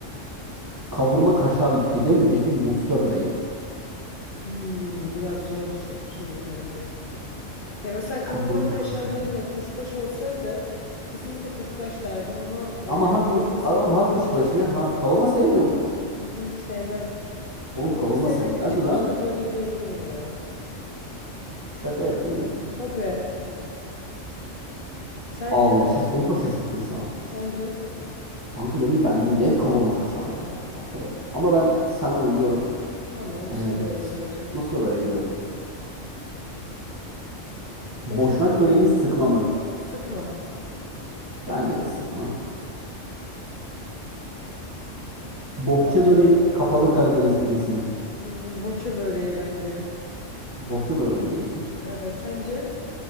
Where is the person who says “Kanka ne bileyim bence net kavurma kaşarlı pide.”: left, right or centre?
Right